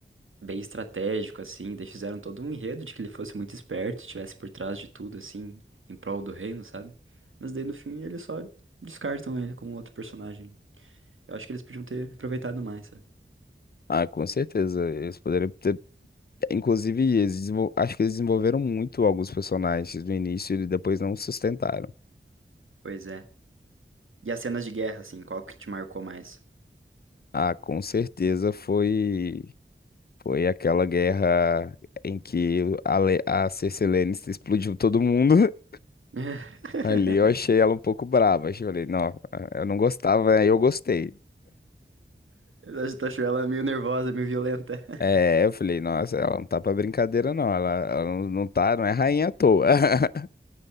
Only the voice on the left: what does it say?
Ah, com certeza. Eles poderiam ter. Inclusive, eles desenvol- acho que eles desenvolveram muito alguns personagens no início e depois não sustentaram.
Ah, com certeza foi. Foi aquela guerra em que a, Le- a Cersei Lannister explodiu todo mundo. <laughs>
Ali eu achei ela um pouco brava. Eu falei, não, eu não gostava, aí eu gostei.
É, eu falei, nossa, ela não tá pra brincadeira, não. Ela, ela não não tá, não é rainha à toa. <laughs>